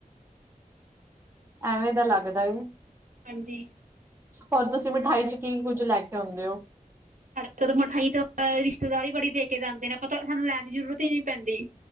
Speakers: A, on the right (about 15°); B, on the right (about 65°).
A: <inaudible> ਐਵੇਂ ਦਾ ਲੱਗਦਾ ਏ।
B: ਹਾਂਜੀ।
A: ਹੋਰ ਤੁਸੀਂ ਮਿਠਾਈ 'ਚ' ਕੀ ਕੁੱਝ ਲੈ ਕੇ ਆਉਂਦੇ ਓ?
B: ਸਾਡ ਮਿਠਾਈ ਤੋਂ ਰਿਸ਼ਤੇਦਾਰ ਈ ਬੜੀ ਦੇ ਕੇ ਜਾਂਦੇ ਨੇ ਪਤਾ ਸਾਨੂੰ ਲੈਣ ਦੀ ਜ਼ਰੂਰਤ ਹੀ ਨੀ ਪੈਂਦੀ